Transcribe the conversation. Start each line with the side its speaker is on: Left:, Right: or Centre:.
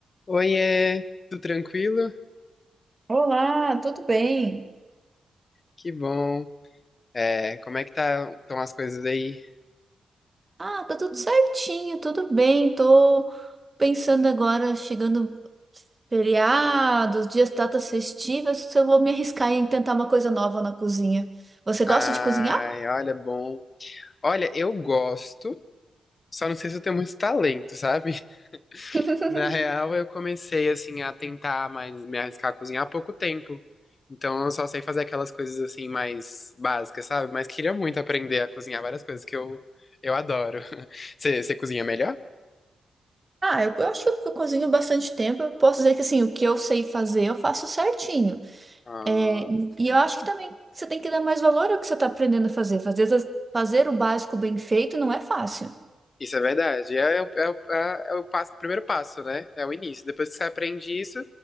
Left: Oiê, tudo tranquilo?
Right: Olá, tudo bem?
Left: Que bom. É, como é que tá, estão as coisas aí?
Right: Ah, tá tudo certinho, tudo bem. Tô pensando agora, chegando feriados, dias, datas festivas, se eu vou me arriscar em tentar uma coisa nova na cozinha. Você gosta
Left: Ai,
Right: de cozinhar?
Left: olha, bom. Olha, eu gosto, só não sei se eu tenho muito talento, sabe?
Right: <laughs>
Left: <laughs> Na real, eu comecei, assim, a tentar mais me arriscar a cozinhar há pouco tempo. Então, eu só sei fazer aquelas coisas, assim, mais básicas, sabe? Mas queria muito aprender a cozinhar várias coisas que eu, eu adoro. <laughs> Você você cozinha melhor?
Right: Ah, eu, eu acho que eu cozinho bastante tempo. Eu posso dizer que assim, o que eu sei fazer, eu faço certinho.
Left: Ah.
Right: É, e eu acho que também você tem que dar mais valor ao que você está aprendendo a fazer. Fazer, fazer o básico bem feito não é fácil.
Left: Isso é verdade. É, é o- é, o- é, é o passo, o primeiro passo, né? É o início. Depois que você aprende isso,